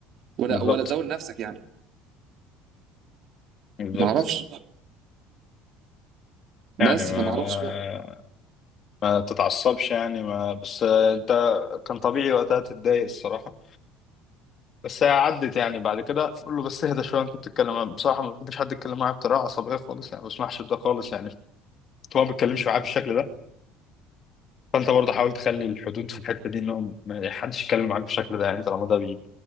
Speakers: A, on the right; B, on the left.
A: ولا
B: بالظبط
A: ولا تزول نفسك يعني
B: بالظبط
A: ما اعرفش
B: يعني
A: بس
B: ما
A: فما اعرفش بقى
B: ما تتعصبش يعني ما بس انت كان طبيعي وقتها تتضايق الصراحه بس هي عدت يعني بعد كده قول له بس اهدى شويه انت بتتكلم أنا بصراحه ما بحبش حد يتكلم معايا بطريقه عصبيه خالص يعني ما بسمحش بده خالص يعني هو ما بيتكلمش معايا بالشكل ده فانت برضه حاول تخلي الحدود في الحته دي انهم ما حدش يتكلم معاك بالشكل ده يعني طالما ده بي-